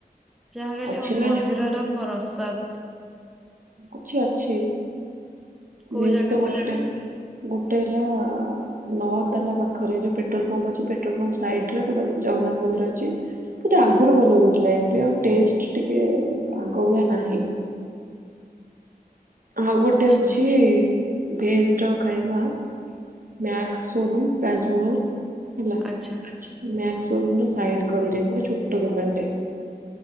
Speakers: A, in the centre; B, on the right (about 60°).
A: ଯାହା କହିଲେ
B: ଅଛି ନା
A: ମନ୍ଦିରର ପ୍ରସାଦ।
B: ଅଛି, ଅଛି।
A: କୋଉ
B: ଭେଜ୍‌
A: ଜାଗା
B: ତ ଗୋଟେ,
A: କହିଲେ
B: ଗୋଟେ ହେଲା ନ ତାଲା ପାଖରେ ଯୋଉ ପେଟ୍ରୋଲ ପମ୍ପ ଅଛି, ପେଟ୍ରୋଲ ପମ୍ପ ସାଇଡ୍‌ରେ ଗୋଟେ ଜଗନ୍ନାଥ ମନ୍ଦିର ଅଛି। ସେଇଟା ଆଗୁରୁ ଭଲ ଦଉଥିଲା, ଏବେ ଆଉ ଟେଷ୍ଟ ଟିକେ-ଏ ଆଗ ଭଳିଆ ନାହିଁ। ଆଉ ଗୋଟେ
A: ଆଚ୍ଛା
B: ଅଛି ଭେଜ୍‌ ର ଖାଇବା ମ୍ୟାକ୍ସ ସୋରୁମ୍, ରାଜମହଲ ହେଲା
A: ଆଚ୍ଛା।
B: ମ୍ୟାକ୍ସ ସୋରୁମ୍ ର ସାଇଟ ଗଳିରେ, ଗୋଟେ ଛୋଟ ଦୋକାନଟେ।